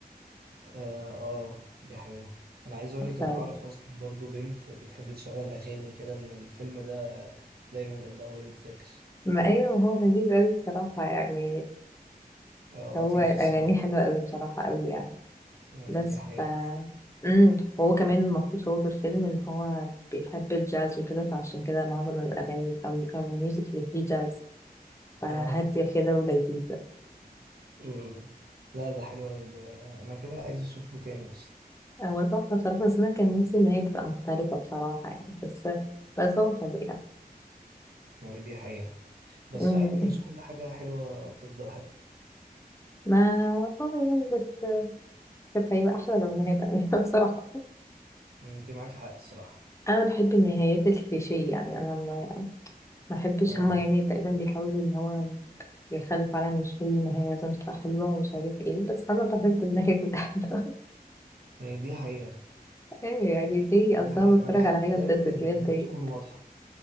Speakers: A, on the right; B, on the left.
A: اه آه، دي حقيقة انا عايز اقولك
B: ف...
A: انا اعرف اصلا برضو بنت بتحب تشغل اغاني كده من الفيلم ده دايما جنبها وهي بتذاكر
B: ما ايوه هو لذيذ اوي بصراحة يعني
A: آه لطيف
B: هو اغانيه
A: الصراحة
B: حلوة اوي بصراحة اوي يعني
A: مم،
B: بس
A: دي حقيقة
B: ف امم هو كمان المفروض هو في الفيلم ان هو بيحب الجاز وكده فعشان كده معظم الاغاني او أو الميوزك اللي فيه جاز فهادية
A: اه
B: كده ولذيذة
A: مم. لا ده حلو اوي ده انا كده عايز اشوفه تاني اصلا
B: هو تحفة بصراحة بس أنا كان نفسي إن هي تبقى مختلفة بصراحة يعني بس بس هو حلو يعني
A: يعني دي حقيقة بس
B: أمم.
A: عادي مش كل حاجة حلوة بتفضل حلوة
B: ما اه يعني بس كانت هيبقى أحلى لو نهاية تانية <laughs> بصراحة
A: مم، انت معاكي حق الصراحة
B: أنا بحب النهايات الكليشيه يعني أنا ما ما بحبش
A: اه
B: هما يعني تقريبا بيحاولوا إن هو يخلوا فعلا مش كل النهاية لازم تبقى حلوة ومش عارف ايه بس أنا بحب النهاية تبقى حلوة <laughs>
A: هي دي حقيقة
B: ايه يعني دي
A: دي
B: أصلا
A: حقيقة
B: بتفرج
A: انا بحب
B: على حاجة
A: دايما
B: تبسط
A: ان
B: ليه
A: هي
B: دي
A: تكون واضحة